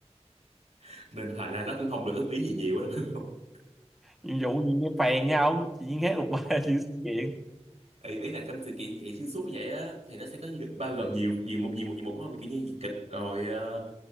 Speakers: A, on the right; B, in the centre.
A: <laughs> nên thành ra nó cũng không được góp ý gì nhiều lắm hiểu không?
B: nhiệm vụ gì nghe phèn nhau chị nghe hết một ba <laughs> chữ sự kiện
A: ý, ý là trong sự kiện chạy xuyên suốt như vậy á thì nó sẽ có nhiều- bao gồm nhiều nhiều một nhiều một nhiều một đúng không kiểu như kịch rồi ờ,